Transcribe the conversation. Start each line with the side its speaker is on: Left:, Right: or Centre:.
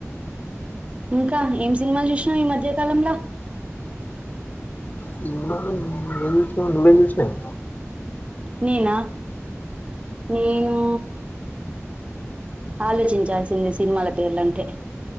Right: ఇంకా ఏం సినిమాలు జూషినవ్ ఈ మధ్యకాలంలో
Left: సినిమాలు ఏం జూసినావు నువ్వేం జూసినావ్
Right: నేనా నేనూ ఆలోచించాల్సిందె సినిమాల పేర్లంటే